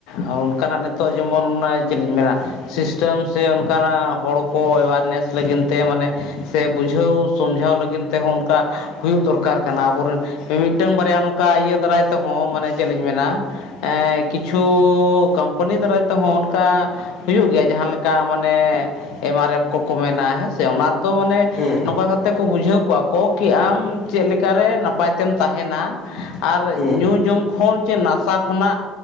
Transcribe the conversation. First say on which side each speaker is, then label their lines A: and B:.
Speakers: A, on the left (about 80°); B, on the left (about 45°).
A: ᱚᱱᱠᱟᱱᱟᱜ ᱱᱤᱛᱚᱜ ᱡᱮᱢᱚᱱ ᱚᱱᱟ ᱪᱮᱫ ᱞᱤᱧ ᱢᱮᱱᱟ ᱥᱤᱥᱴᱮᱢ ᱥᱮ ᱚᱱᱠᱟᱱᱟᱜ ᱦᱚᱲ ᱠᱚ ᱮᱣᱟᱨᱱᱮᱥ ᱞᱟᱹᱜᱤᱱ ᱛᱮ ᱢᱟᱱᱮ ᱥᱮ ᱵᱩᱡᱷᱟᱹᱣ ᱥᱚᱢᱡᱷᱟᱣ ᱞᱟᱹᱜᱤᱱ ᱛᱮᱦᱚᱸ ᱚᱱᱠᱟ ᱦᱩᱭᱩᱜ ᱫᱚᱨᱠᱟᱨ ᱠᱟᱱᱟ, ᱟᱵᱚᱨᱮᱱ ᱢᱤ-ᱢᱤᱫᱴᱟᱱ ᱵᱟᱨᱭᱟ ᱱᱚᱝᱠᱟ ᱤᱭᱟᱹ ᱫᱟᱨᱟᱭ ᱛᱮᱦᱚᱸ ᱢᱟᱱᱮ ᱪᱮᱫ ᱞᱤᱧ ᱢᱮᱱᱟ ᱮᱸ ᱠᱤᱪᱷᱩ ᱠᱳᱢᱯᱟᱱᱤ ᱫᱟᱨᱟᱭ ᱛᱮᱦᱚᱸ ᱚᱱᱠᱟ ᱦᱩᱭᱩᱜ ᱜᱮᱭᱟ ᱡᱟᱦᱟᱸ ᱞᱮᱠᱟ ᱢᱟᱱᱮ ᱮᱢᱟᱨᱮᱯᱷ ᱠᱚ ᱠᱚᱢᱮᱱᱟ ᱦᱮᱸᱥᱮ ᱚᱱᱟ ᱨᱮᱫᱚ ᱢᱟᱱᱮ
B: ᱦᱮᱸ ᱦᱩᱸ᱾
A: ᱱᱚᱝᱠᱟ ᱠᱟᱛᱮ ᱠᱚ ᱵᱩᱡᱷᱟᱹᱣ ᱠᱚᱜᱣᱟ ᱠᱚ ᱠᱤ ᱟᱢ ᱪᱮᱫ ᱞᱮᱠᱟᱨᱮ ᱱᱟᱯᱟᱭ ᱛᱮᱢ ᱛᱟᱦᱮᱸᱱᱟ, ᱟᱨ
B: ᱦᱩᱸ
A: ᱧᱩ
B: ᱦᱩᱸ
A: ᱡᱚᱢ ᱠᱷᱚᱱ ᱪᱮ ᱱᱟᱥᱟ ᱠᱷᱚᱱᱟᱜ